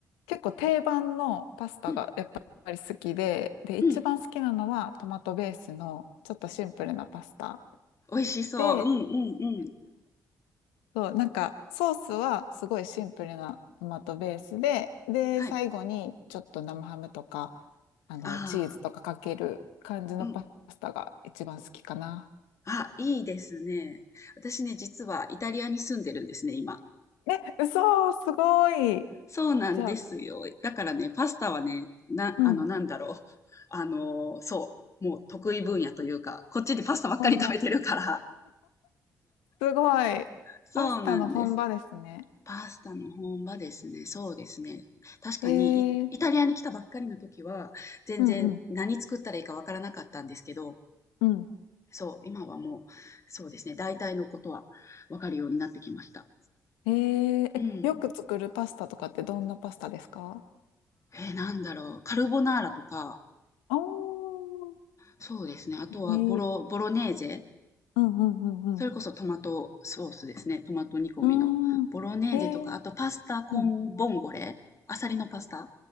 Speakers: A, on the left; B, on the left.
A: 結構定番のパスタがやっぱり好きで、
B: うん、
A: で、一番好きなのはトマトベースのちょっとシンプルなパスタ。
B: うん。美味しそう。
A: で、
B: うん、うん、うん。
A: そう、なんかソースはすごいシンプルなトマトベースで、で、
B: はい。
A: 最後にちょっと生ハムとか、あの、
B: あ
A: チーズとかかける感じのパスタが一番好きかな。
B: あ、うん。あ、いいですね。私ね、実はイタリアに住んでるんですね、今。
A: え、嘘、すごい。
B: そうなんですよ。
A: じゃあ、
B: だからね、パスタはね、な、
A: うん。
B: あの、なんだろう。あの、そう、もう得意分野というか、こっちでパスタばっかり食べてるから。
A: 本場。すごい。
B: そうなんです。
A: パスタの本場ですね。
B: パスタの本場ですね。そうですね。確かにイ、
A: えー、
B: イタリアに来たばっかりの時は、全然何作ったらいいかわからなかったんですけど、
A: うんうん。うん。
B: そう、今はもう、そうですね、大体のことはわかるようになってきました。
A: えー、
B: うん。
A: え、よく作るパスタとかってどんなパスタですか
B: えー、なんだろう。カルボナーラとか、
A: おー。
B: そうですね。あとはボロ、
A: えー、
B: ボロネーゼ
A: うんうんうん
B: それこそトマトソースですね。トマト煮込みの。
A: うん。うーん。
B: ボロネーゼとか、
A: えー、
B: あとパスタコンボンゴレ、
A: うん。
B: アサリのパスタ